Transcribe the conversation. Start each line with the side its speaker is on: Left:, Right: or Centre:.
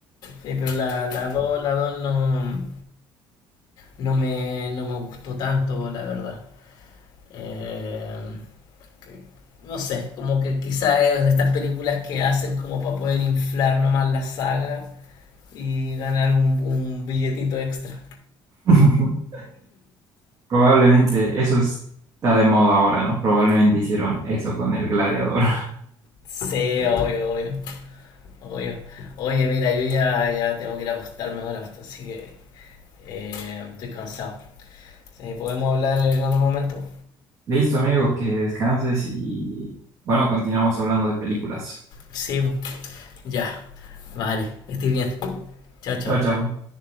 Left: Sí, pero la, la dos la 2 no, no, me, no me gustó tanto, la verdad. Eh, que- no sé, como que quizás es de estas películas que hacen como para poder inflar nomás la saga y ganar un, un billetito extra.
Right: <laughs> Probablemente eso está de moda ahora, ¿no? Probablemente hicieron eso con El Gladiador.
Left: Sí, obvio, obvio, obvio. Oye, mira, yo ya, ya tengo que ir a acostarme ahora, así que eh, estoy cansado. Sí, podemos hablar en otro momento.
Right: <laughs> Listo, amigo, que descanses y bueno, continuamos hablando de películas.
Left: Sí, ya. Vale, estoy bien. Chao, chao.
Right: Chao, chao.